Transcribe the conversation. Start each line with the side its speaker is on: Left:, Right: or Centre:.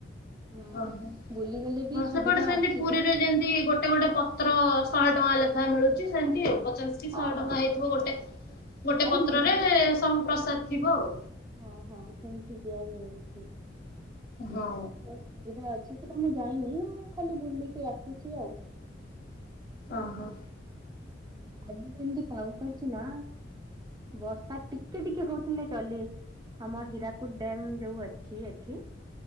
Right: ହଁ
Left: ଓହୋ।
Right: ବୁଲିଗଲେ ବି
Left: ହଁ,
Right: ସୁବିଧା
Left: ସେପଟେ ସେମତି
Right: ଅଛି
Left: ପୁରୀରେ
Right: ସେଠି।
Left: ଯେନ୍ତି, ଗୋଟେ ଗୋଟେ ପତ୍ର ଶହେ ଟଙ୍କା ଲେଖା ଖାଏଁ ମିଳୁଚି ସେନ୍ତି ଆଉ। ପଚାଶ କି
Right: ହଁ
Left: ଶହେ
Right: ହଁ
Left: ଟଙ୍କା
Right: ସେମିତି
Left: ହେଇଥିବ, ଗୋଟେ
Right: ମୁଁ ବି ତ
Left: ଗୋଟେ
Right: ଖାଇନି
Left: ପତ୍ରରେ
Right: ହେଲେ
Left: ସବୁ ପ୍ରସାଦ ଥିବ ଆଉ।
Right: ହଁ ହଁ ସେମିତି ଦିଆଯାଏ ଏଠି।
Left: ହଁ।
Right: ଏଠି ବି ସେମିତି ସୁବିଧା ଅଛି। ଏଠି ତ ମୁଁ ଯାଇନି ମୁଁ ଖାଲି ବୁଲିକି ଆସିଛି ଆଉ।
Left: ଓ ହୋ।
Right: ଆଜି ଯେମିତି ପାଗ କରଛି ନା! ବର୍ଷା ଟିକେ ଟିକେ ହଉଥିଲେ ଚଲେ ଆମ ହୀରାକୁଦ ଡ୍ୟାମ ଯୋଉ ଅଛି ଏଠି।